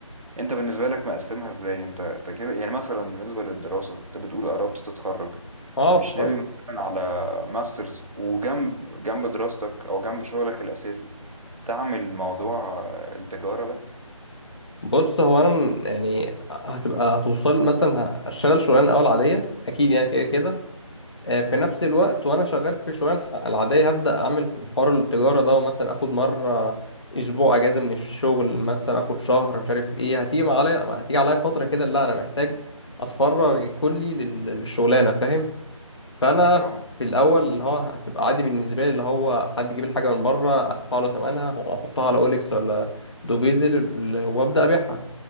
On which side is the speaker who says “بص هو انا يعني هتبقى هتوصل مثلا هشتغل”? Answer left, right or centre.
Left